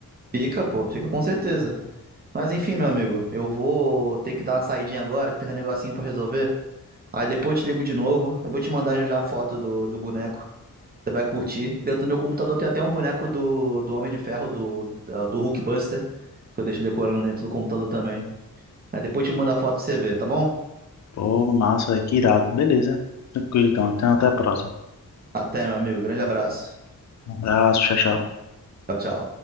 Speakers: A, on the right (about 30°); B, on the left (about 55°).
A: Fica, pô, fica com certeza. Mas enfim, meu amigo, eu vou ter que dar uma saidinha agora, que tem um negocinho pra resolver. Aí depois eu te ligo de novo. Eu vou te mandar já já a foto do, do boneco. Você vai curtir. Dentro do meu computador tem até um boneco do, do Homem de Ferro, do, da- do Hulkbuster, que eu deixo decorando dentro do computador também. Aí depois eu te mando a foto pra você ver, tá bom?
B: Pô, massa, véi, que irado. Beleza. Tranquilo, então. Até até a próxima.
A: Até, meu amigo. Grande abraço.
B: Um abraço, tchau, tchau.
A: Tchau, tchau.